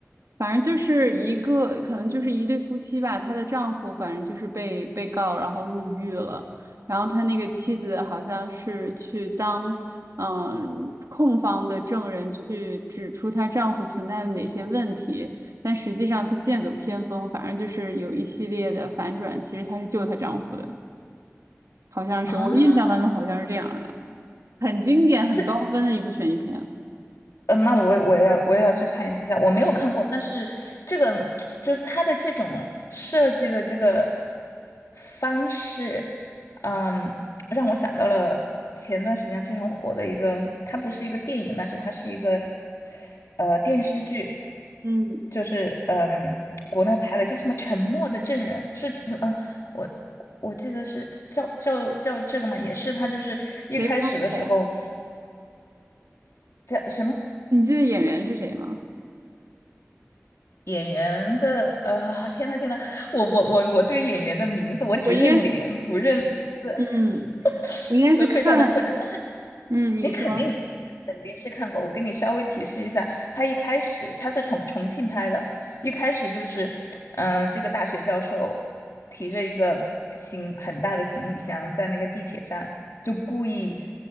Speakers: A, on the right; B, on the left.
A: 反正就是一个，可能就是一对夫妻吧，她的丈夫反正就是被被告，然后入狱了，然后他那个妻子好像是去当嗯控方的证人去指出她丈夫存在的哪些问题，但实际上她剑走偏锋，反正就是有一系列的反转，其实她是救她丈夫的，好像是我印象当中好像是这样的，
B: 啊。
A: 很经典、
B: 这这
A: 很高分的一部悬疑片。
B: 嗯，那我我也要我也要去看一下，我没有看过，但是这个就是它的这种设计的这个方式，嗯，让我想到了前段时间非常火的一个，它不是一个电影，但是它是一个呃电视剧，
A: 嗯，
B: 就是嗯国内拍的叫什么《沉默的证人》，是呃我我记得是叫叫叫这个嘛，也是他就是一开始的时候
A: 谁拍的呀？
B: 叫什么？
A: 你记得演员是谁吗？
B: 演员的，呃，天呐天呐，我我我我对演员的名字我只认脸不认名字，
A: 我应该是嗯。
B: <laughs>
A: 我应该是看，
B: 呃非常的困难。但是。
A: 嗯，你说，
B: 你肯定肯定是看过。我跟你稍微提示一下，他一开始他在重重庆拍的，一开始就是，嗯、这个大学教授提着一个行很大的行李箱在那个地铁站，就故意